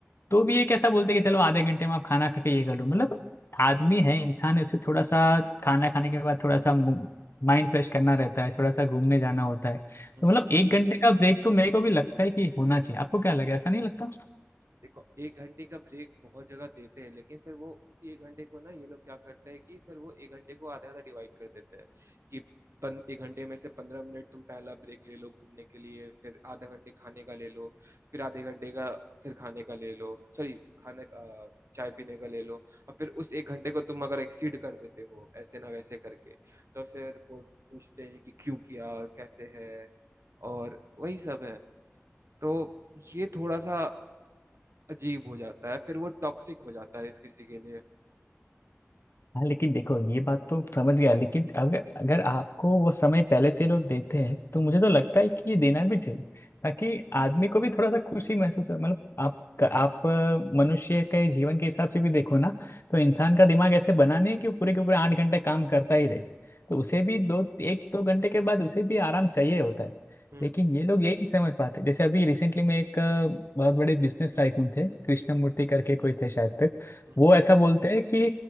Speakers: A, on the left; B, on the right.
A: तो
B: हम्म,
A: भी ये कैसा बोलते कि चलो आधे घंटे में आप खाना खा के ये कर लो मतलब आदमी है इंसान है उसे थोड़ा सा खाना खाने के बाद थोड़ा सा माइंड फ्रेश करना रहता है थोड़ा सा घूमने जाना होता है
B: हम्म।
A: तो मतलब एक घंटे का ब्रेक तो मेरे को भी लगता है कि होना चाहिए आपको क्या लगे ऐसा नहीं लगता
B: देखो एक घंटे का ब्रेक बहुत जगह देते हैं लेकिन फिर वो उसी एक घंटे को ना ये लोग क्या करते हैं कि फिर वो एक घंटे को आधा आधा डिवाइड कर देते हैं कि पन, एक घंटे में से पंद्रह मिनट तुम पहला ब्रेक ले लो घूमने के लिए फिर आधा घंटे खाने का ले लो फिर आधे घंटे का फिर खाने का ले लो सॉरी खाने अ, चाय पीने का ले लो और फिर उस एक घंटे को तुम अगर एक्सीड कर देते हो ऐसे ना वैसे करके तो फिर वो पूछते हैं कि क्यों किया कैसे है और वही सब है तो ये थोड़ा सा अजीब हो जाता है फिर वो टॉक्सिक हो जाता है इस किसी के लिए
A: हाँ लेकिन देखो ये बात तो समझ गया लेकिन अगर अगर आपको वो समय पहले से लोग देते हैं तो मुझे तो लगता है कि ये देना भी चाहिए ताकि आदमी को भी थोड़ा सा खुशी महसूस हो मतलब आप आप अ, मनुष्य के जीवन के हिसाब से भी देखो ना तो इंसान का दिमाग ऐसे बना नहीं है कि वो पूरे के पूरे आठ घंटे काम करता ही रहे तो उसे भी दो एक दो घंटे के बाद उसे भी आराम चाहिए होता है
B: हम्म
A: लेकिन ये लोग यही नहीं समझ पाते जैसे अभी रिसेंटली में एक अ, बहुत बड़े बिजनेस टाइकून थे कृष्णमूर्ति करके कोई थे शायद तक
B: हम्म
A: वो ऐसा बोलते हैं कि